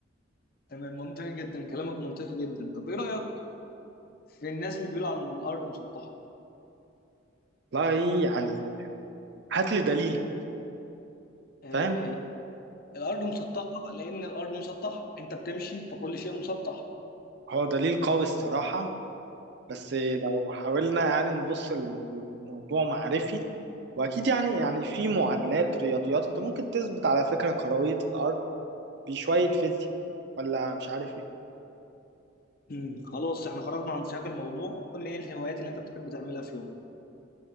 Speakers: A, on the left; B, on the right.
A: تمام منطقي جدا كلامك منطقي جدا طب إيه رأيك في الناس اللي بيقولوا عن الأرض مسطحة
B: لا يعني هات لي دليل
A: آه،
B: فاهم
A: الأرض مسطحة لأن الأرض مسطحة أنت بتمشي فكل شيء مسطح
B: هو دليل قوي الصراحه بس لو حاولنا يعني نبص الموضوع معرفي واكيد يعني يعني في معادلات رياضيات انت ممكن تثبت على فكره كرويه الارض بشويه فيزياء ولا مش عارف ايه
A: مم. خلاص احنا خرجنا عن سياق الموضوع قول لي ايه الهوايات اللي انت بتحب تعملها في يومك